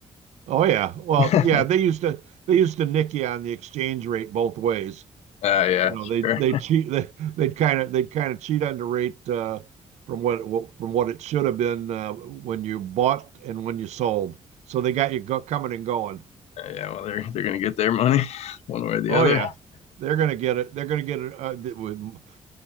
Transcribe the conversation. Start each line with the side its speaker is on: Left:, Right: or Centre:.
Right: Oh yeah. Well,
Left: <laughs> uh,
Right: yeah, they used to they used to nick you on the exchange rate both ways.
Left: yeah,
Right: You know, they
Left: sure.
Right: they cheat they they'd kind of they'd kind of cheat on the rate uh, from what it, from what it should have been uh, when you bought and when you sold. So they got you go, coming and going.
Left: Uh, yeah, well, they're they're gonna get their money <laughs> one way or the
Right: Oh
Left: other.
Right: yeah. They're going to get it. They're going to get it uh, th- with <laughs>